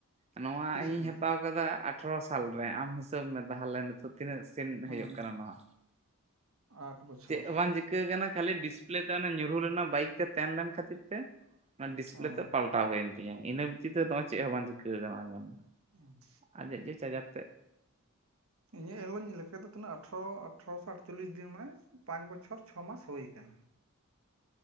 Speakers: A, on the right; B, on the right.
A: ᱱᱚᱣᱟ
B: ᱛᱤᱥᱟᱜ
A: ᱤᱧᱤᱧ
B: ᱠᱟᱱᱟ
A: ᱦᱟᱛᱟᱣ ᱠᱟᱫᱟ ᱟᱴᱷᱨᱚ ᱥᱟᱞ ᱨᱮ ᱟᱢ ᱦᱤᱥᱟᱹᱵᱽ ᱢᱮ ᱛᱟᱦᱚᱞᱮ ᱱᱤᱛᱳ ᱛᱤᱱᱟᱹᱜ ᱥᱮᱱ
B: ᱦᱮᱸ
A: ᱦᱩᱭᱩᱜ ᱠᱟᱱᱟ ᱱᱚᱣᱟ
B: ᱟᱴ ᱵᱚᱪᱷᱚᱨ
A: ᱪᱮᱫ ᱚᱣᱟᱱ ᱡ ᱪᱤᱠᱟᱹ ᱠᱟᱱᱟ ᱠᱷᱟᱹᱞᱤ ᱰᱤᱥᱯᱞᱮ ᱛᱮ ᱚᱱᱟ ᱧᱩᱨᱦᱩ ᱞᱮᱱᱟ ᱵᱟᱭᱤᱠ ᱛᱮ ᱛᱟᱦᱮᱸᱱ ᱞᱮᱱ ᱠᱷᱟᱹᱛᱤᱨ ᱛᱮ ᱚᱱᱟ ᱰᱤᱥᱯᱞᱮ
B: ᱚ
A: ᱛᱮ ᱯᱟᱞᱴᱟᱣ ᱦᱩᱭᱮᱱ ᱛᱤᱧᱟᱹ ᱤᱱᱟᱹ ᱵᱷᱤᱛᱤᱨ ᱛᱮ ᱱᱚᱚᱭ ᱪᱮᱫ ᱦᱚᱸ ᱵᱟᱝ ᱪᱤᱠᱟᱹ ᱠᱟᱱᱟ ᱱᱚᱚᱭ ᱞᱮᱞᱢᱮ
B: ᱚᱸ
A: ᱟᱡᱟᱜ ᱡᱮ ᱪᱟᱡᱟᱨ ᱛᱮᱫ
B: ᱧᱮᱞᱚᱧ ᱞᱮᱠᱟᱛᱮ ᱛᱱᱟᱹᱜ ᱟᱴᱷᱮᱨᱚ ᱟᱴᱷᱮᱨᱚᱥᱚ ᱟᱴᱪᱚᱞᱞᱤᱥ ᱫᱤᱱ ᱢᱟᱱᱮ ᱯᱟᱸᱪ ᱵᱚᱪᱷᱚᱨ ᱪᱷᱚ ᱢᱟᱥ ᱦᱩᱭ ᱟᱠᱟᱱᱟ